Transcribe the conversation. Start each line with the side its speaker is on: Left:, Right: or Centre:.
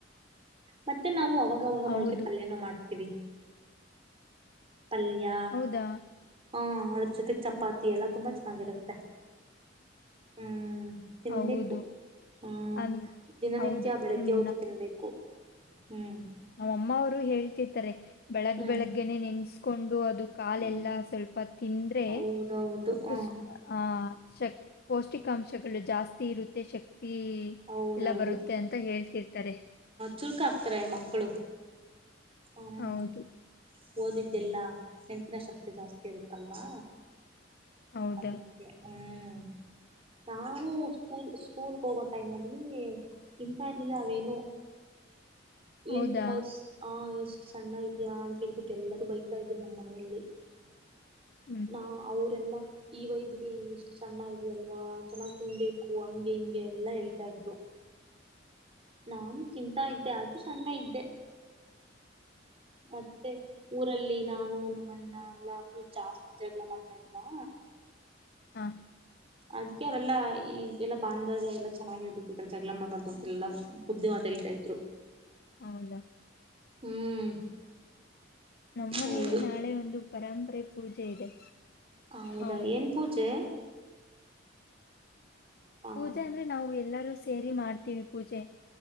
Right: ಮತ್ತೆ ನಾವು ಅವಾಗವಾಗ
Left: ಹೌದು
Right: ಮೊಳ್ಕೆ ಪಲ್ಯನ ಮಾಡ್ತೀವಿ ಪಲ್ಯ
Left: ಹೌದಾ
Right: ಹಾ ಅದ್ರ ಜೊತೆ ಚಪಾತಿ
Left: ಹ,
Right: ಎಲ್ಲ ತುಂಬಾ ಚೆನ್ನಾಗಿರುತ್ತೆ ಹ್ಮ್ ತಿನ್ಬೇಕು
Left: ಹೌದು
Right: ಹ್ಮ್
Left: ಅನ್
Right: ದಿನನಿತ್ಯ
Left: ಹೌದು
Right: ಬೆಳಗ್ಗೆ
Left: ಹ್ಮ್
Right: ಹೋತ್ತು ತಿನ್ಬೇಕು ಹ್ಮ್
Left: ನಮ್ಮ ಅಮ್ಮ ಅವರು ಹೇಳ್ತಿರ್ತಾರೆ ಬೆಳಗ್
Right: ಹ್ಮ್
Left: ಬೆಳಗ್ಗೆನೆೇ ನೆನ್ಸ್ಕೊಂಡು ಅದು ಕಾಲೆಲ್ಲಾ
Right: ಹ್ಮ್
Left: ಸ್ವಲ್ಪ ತಿಂದ್ರೆ
Right: ಹೌದೌದು ಹ
Left: ಪುಷ ಆ ಶಕ್ ಪೌಷ್ಟಿಕಾಂಶಗಳು ಜಾಸ್ತಿ ಇರುತ್ತೆ ಶಕ್ತಿ
Right: ಹೌದೌದು
Left: ಎಲ್ಲ ಬರುತ್ತೆ ಅಂತ ಹೇಳ್ತಿರ್ತಾರೆ
Right: ಚುರ್ಕ ಆಕ್ತಾರೆ ಮಕ್ಕಳು ಹ್ಮ್
Left: ಹೌದು
Right: ಓದಿದ್ದೆಲ್ಲ ನೆನ್ಪಿನ ಶಕ್ತಿ ಜಾಸ್ತಿ ಇರುತ್ತಲ್ವಾ
Left: ಹೌದಾ
Right: ಅದಕ್ಕೆ ಹ್ಮ್ ನಾನು ಸ್ಕೂಲ್ ಸ್ಕೂಲ್ ಹೋಗ ಟೈಮ್ ಅಲ್ಲಿ ತಿಂತಾ ಇರ್ಲಿಲ್ಲ ಅವೇನು
Left: ಹೌದಾ
Right: ಏನ್ ತುಂಬಾ ಹಾ ಎಷ್ಟು ಸಣ್ಣ ಇದ್ಯಾ ಅಂತ ಹೇಳ್ಬಿಟ್ಟು ಎಲ್ಲರೂ ಬೈತಾ ಇದ್ರು ನಮ್ಮ್ ಮನೆಯಲ್ಲಿ
Left: ಹ್ಮ್
Right: ನಾ ಅವರೆ ಎಲ್ಲ ಈ ವಯಸ್ಸಗೆ ಎಷ್ಟು ಸಣ್ಣ ಇದೆಯಲ್ವಾ ಚೆನ್ನಾಗಿ್ ತಿನ್ಬೇಕು ಹಂಗೆ ಹಿಂಗೆ ಎಲ್ಲಾ ಹೇಳ್ತಾ ಇದ್ರು ನಾನು ಕಿಂತ ಇದ್ದೆ ಆದೂ ಸಣ್ಣ ಇದ್ದೆ ಮತ್ತೆ ಊರಲ್ಲಿ ನಾನು ನಮ್ಮಣ್ಣ ಎಲ್ಲಾ ಫುಲ್ ಜಾಸ್ತಿ ಜಗಳ ಮಾಡ್ತಾ ಇದ್ವಾ
Left: ಹಾ
Right: ಅದಕ್ಕೆ ಅವರೆಲ್ಲಾ ಈ ಎಲ್ಲ ಬಾಂಧ ಎಲ್ಲ ಚೆನ್ನಾಗಿರ್ಬೇಕು ಈತರ ಜಗಳ ಮಾಡ್ಬಾರ್ದು ಅಂತೆ ಎಲ್ಲಾ ಬುದ್ಧಿವಾ ಹೇಳ್ತಾ ಇದ್ರು ಹ್ಮ್
Left: ಹೌದಾ
Right: ಹ್ಮ್
Left: ನಮ್ಮ ಮನೆಯಲ್ಲಿ
Right: ಹೌದು
Left: ನಾಳೆ ಒಂದು ಪರಂಪರೆ ಪೂಜೆ ಇದೆ
Right: ಹೌದಾ
Left: ಹೌದು
Right: ಏನ್ ಪೂಜೆ ಹ
Left: ಪೂಜೆ ಅಂದ್ರೆ ನಾವು ಎಲ್ಲರೂ ಸೇರಿ ಮಾಡ್ತೀವಿ ಪೂಜೆ